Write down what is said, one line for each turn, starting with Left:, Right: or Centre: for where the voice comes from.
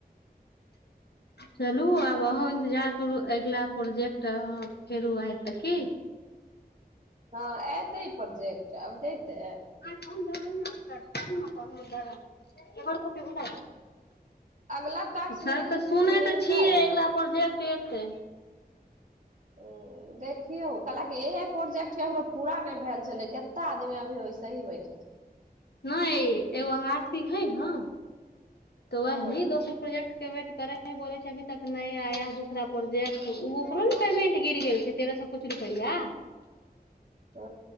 Left: चलू आब अहूँ इन्तजार करू अगिला प्रोजेक्ट अह फेरू आय तऽ की
Right: हँ ए देते प्रोजेक्ट अब देतेै
Left: म हमर दादा एार कते उठ
Right: अगला टास्क
Left: सब
Right: मिल
Left: तऽ सुनै
Right: मिलतै
Left: तऽ छीिय अगिल पर जे पे त
Right: ह देखियौ कहलकि इहे प्रोजेक्ट ककरो पूरा नहि भेल छलै कतेक आदमी अभी ओइसेही बैठल छल
Left: नहि एगो आरती है ने तऽ ओ
Right: हँ
Left: अही दोस प्रोजेक्ट वेट करे ह बोले छै अभी तक नहि आया ह दूसरा प्रोजेक्ट ओ ओकरो ने पेमेंट गिर गेल छै तेरह सए कुछु रुपआ
Right: आ